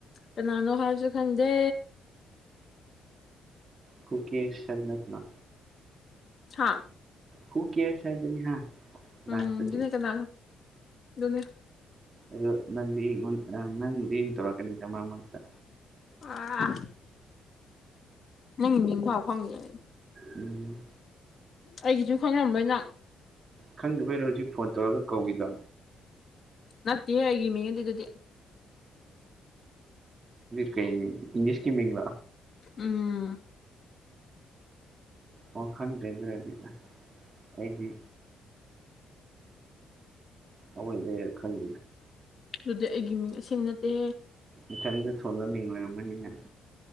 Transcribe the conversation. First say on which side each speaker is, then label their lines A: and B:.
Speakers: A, on the left (about 45°); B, on the right (about 35°).
A: ꯀꯅꯥꯅꯣ ꯍꯥꯏꯔꯁꯨ ꯈꯪꯗꯦ
B: ꯐꯨꯀꯤ ꯅꯅ
A: ꯍꯥ
B: ꯍꯨ ꯀꯦꯔ ꯁꯥ ꯑꯗꯨꯅꯤ ꯍꯥ ꯂꯥꯁꯇꯗꯤ
A: ꯎꯝ ꯗꯨꯅꯦ ꯀꯅꯥ ꯑꯗꯨꯅꯦ
B: ꯑꯗꯣ ꯅꯪꯗꯤ ꯑꯩꯉꯣꯟꯗ ꯅꯪꯗꯤ ꯌꯦꯡ ꯇꯧꯔꯛꯀꯅꯤꯗ ꯃꯔꯛ ꯃꯔꯛꯇ
A: ꯑꯥ ꯅꯪ ꯃꯤꯡꯐꯥꯎ ꯈꯪꯗꯦ
B: ꯎꯝ
A: ꯑꯩꯒꯤꯁꯨ ꯈꯪꯉꯔꯝꯕꯣꯏꯅ
B: ꯈꯪꯗꯦꯕꯩ ꯔꯣꯜꯖꯤꯛ ꯐꯣꯟ ꯇꯧꯔꯒ ꯀꯧꯏꯗꯣ
A: ꯅꯠꯇꯦ ꯍꯥꯏꯒꯤꯃꯤ ꯌꯦꯡ ꯇ ꯑꯗꯨꯗꯤ
B: ꯀꯩ ꯃꯤ ꯏꯪꯂꯤꯁꯀꯤ ꯃꯤꯥ
A: ꯎꯝ
B: ꯋꯥ ꯈꯪꯗ꯭ꯔꯦꯗ ꯍꯥꯏꯗꯤꯗ ꯑꯩꯗꯤ ꯑꯣꯏ ꯂꯩ ꯈꯪ
A: ꯑꯗꯨꯗꯤ ꯑꯩꯒꯤ ꯃꯤꯡ ꯑꯁꯦꯡ ꯅꯠꯇꯦ
B: ꯏꯊꯟꯗ ꯊꯣꯟꯕ ꯃꯤꯡ ꯑꯣꯏꯔꯝꯝꯕꯅꯤꯅꯪ